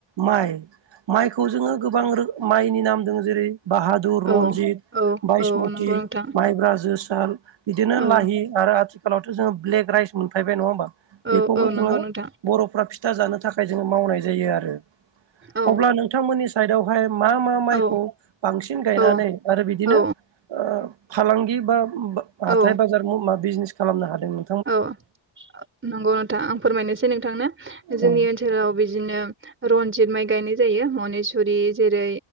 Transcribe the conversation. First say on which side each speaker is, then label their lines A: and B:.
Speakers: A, on the right; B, on the right.
A: माइ माइखौ जोङो गोबां माइनि नाम दोङो जेरै बाहा दुर,
B: औ
A: रनजित,
B: औ
A: बायसमति,
B: औ नंगौ नोंथां
A: माइब्रा, जोसार बिदिनो
B: औ
A: लाहि आरो आथिखालावथ' जोङो ब्लेक राइस मोनफायबाय नङा होमबा
B: औ
A: बेखौबो
B: औ नंगौ
A: जोङो
B: नोंथां
A: बर'फ्रा फिथा जानो थाखाय जोङो मावनाय जायो आरो
B: औ
A: अब्ला नोंथांमोननि साइडआवहाय मा मा माइखौ
B: औ
A: बांसिन गायनानै
B: औ
A: आरो बिदिनो
B: औ
A: ओ फालांगि बा हाथाय
B: औ
A: बाजार मा बिजिनेस खालामनो हादों नों
B: औ नंगौ नोंथां आं फोरमायनोसै नोंथांनो जोंनि
A: औ
B: ओनसो जोंनाव बिदिनो रनजित माइ गायनाय जायो मनिसुरि जेरै